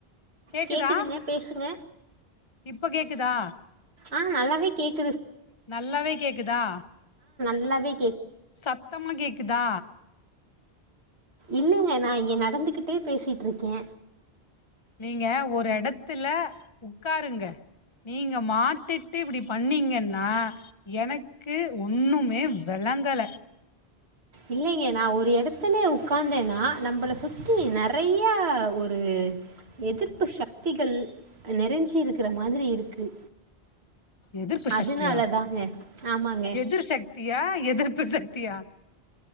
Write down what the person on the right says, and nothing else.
கேக்குதுங்க பேசுங்க
ஆஹ் நல்லாவே கேக்
ல்லவி
இல்லைங்க நா இங்க நடந்துக்கிட்டே பேசிட்ருக்கே
இல்லிங்க நான் ஒரு எடத்துல உக்காந்தேன்னா நம்பள சுத்தி நறைய ஒரு எதிர்ப்பு சக்திகள் நெறஞ்சி இருக்கிற மாதிரி இருக்கு
அதுனால தாங்க ஆமாங்க